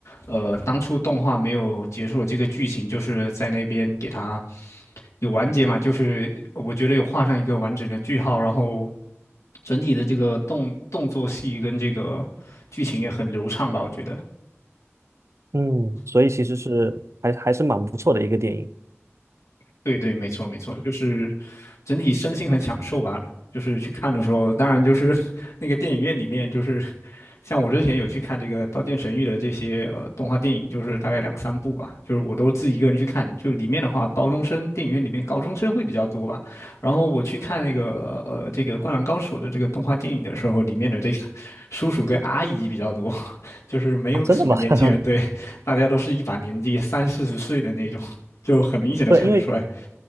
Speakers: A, on the left; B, on the right.
A: 呃，当初动画没有结束的这个剧情，就是在那边给他有完结嘛，就是我觉得有画上一个完整的句号，然后整体的这个动动作戏跟这个剧情也很流畅吧，我觉得。
B: 嗯，所以其实是还还是蛮不错的一个电影
A: 对对，没错没错，就是整体身心很享受吧。就是去看的时候，当然就是 <laughs> 那个电影院里面就是像我之前有去看这个《刀剑神域》的这些呃动画电影，就是大概两三部吧，就是我都自己一个人去看。就里面的话，高中生电影院里面高中生会比较多吧。然后我去看那个呃这个《灌篮高手》的这个动画电影的时候，里面的这个叔叔跟阿姨比较多，<laughs> 就是没有什么年轻人，
B: 啊，真的吗？<laughs>
A: 对，大家都是一把年纪三四十岁的那种，就很明显的看得出来。
B: 对，因为